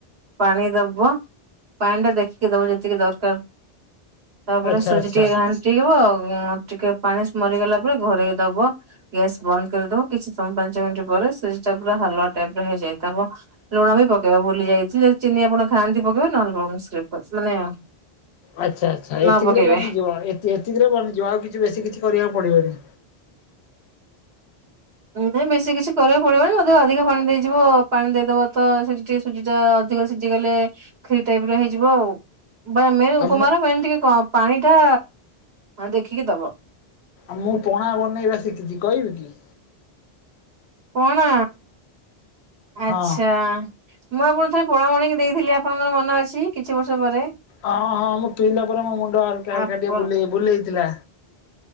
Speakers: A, on the right; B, on the left.
A: ପାଣି ଦବ। ପାଣି ଟା ଦେଖିକି ଦବ ଯେତିକି ଦରକାର। ତାପରେ
B: ଆଚ୍ଛା
A: ସୁଜି
B: ଆଚ୍ଛା।
A: ଟିକେ ଘାଣ୍ଟ ଫୁଟେଇବ ଆଉ କଣ? ଟିକେ ପାଣି ମରିଗଲା ପରେ ଘୋରେଇ ଦବ। ଗ୍ୟାସ୍ ବନ୍ଦ କରିଦବ। କିଛି ସମୟ ପାଞ୍ଚ ମିନିଟ ପରେ ସୁଜି ଟା ପୁରା ହାଲୁଆ ଟାଇପ୍ ର ହେଇଯାଇଥବ। ଲୁଣ ବି ପକେଇବ। ଭୁଲି ଯାଇଥିଲି ଚିନି ଆପଣ ଖାଆନ୍ତି ପକେଇବେ ନହେଲେ ରଂ ସ୍କିପ୍ କର ମାନେ
B: ଆଚ୍ଛା ଆଚ୍ଛା
A: ନ
B: ଏତିକିରେ
A: ପକେଇବେ।
B: ବନିଯିବ। ଏତିକିରେ ବନିଯିବ। ଆଉ କିଛି ବେଶୀ କିଛି କରିବାକୁ ପଡିବନି?
A: ନାଇଁ ନାଇଁ ବେଶୀ କିଛି କରିବାକୁ ପଡିବନି। ଯଦି ଅଧିକ ପାଣି ଦେଇଯିବ ପାଣି ଦେଇଦବ ତ ସେଠି ଟିକେ ସୁଜି ଟା ଅଧିକ ସିଝି ଗଲେ ଖିରୀ ଟାଇପ୍ ର ହେଇଯିବ ଆଉ। ବା ମେନ୍
B: ଆଉ
A: ଉପମା
B: ମୁଁ
A: ର ମେନ୍ ଟିକେ ପାଣି ଟା ଦେଖିକି ଦବ।
B: ମୁଁ ପଣା ବନେଇବା ଶିଖିଚି କହିବି କି?
A: ପଣା
B: ହଁ
A: ଆଚ୍ଛା। ମୁଁ ଆପଣଙ୍କୁ ଥରେ ପଣା ବନେଇକି ଦେଇଥିଲି ଆପଣଙ୍କର ମନ ଅଛି କିଛି ବର୍ଷ ପରେ?
B: ଅଁ ହଁ ମୁଁ ପିଇଲା ପରେ ମୋ ମୁଣ୍ଡ ହାଲକା ହାଲକା
A: ଆପଣ
B: ଟିକେ ବୁଲେଇ ବୁଲେଇଥିଲା।